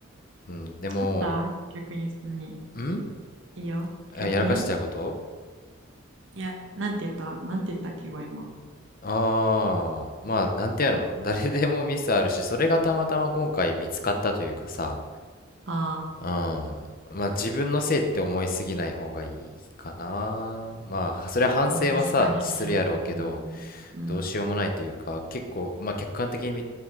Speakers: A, on the left (about 45°); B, on the right (about 65°).
A: うん、でも、
B: あった逆に、何
A: んい
B: いいよ。
A: ややらかしちゃうこと
B: 逆にいや、なんて言ったなんて言ったっけ、今。
A: ああ、まあ、なんてやろ、<laughs> 誰でもミスあるし、それがたまたま今回見つかったというかさ、
B: あ
A: うん、まあ自分のせいって思いすぎない方がいいかな。まあ、それは反省はさ、
B: ー、まあ、確かにね。
A: するやろうけど、
B: うん。うん。
A: どうしようもないというか、結構、まあ客観的に見、